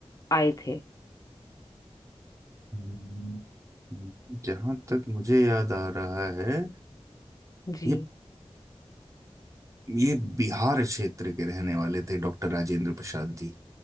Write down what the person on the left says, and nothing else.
आए थे
जी